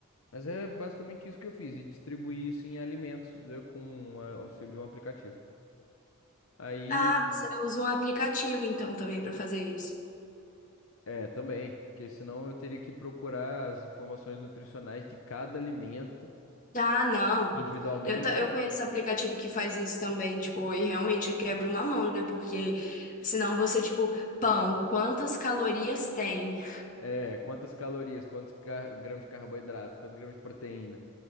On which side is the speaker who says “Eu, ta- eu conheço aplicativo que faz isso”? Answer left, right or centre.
Left